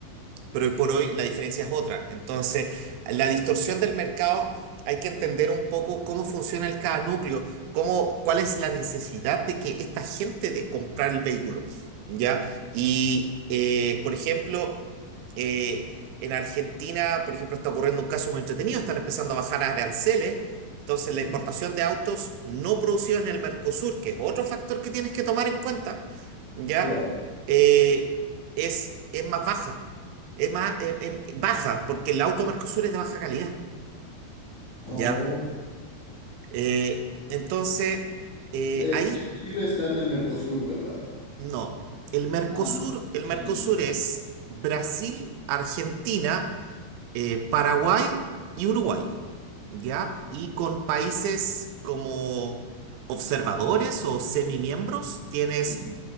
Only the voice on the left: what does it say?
ujú,
claro.
Oh,
eh,
Ch- Chile está en el Mercosur, ¿verdad?
Ah,
Chile
no está en el
Mercosur.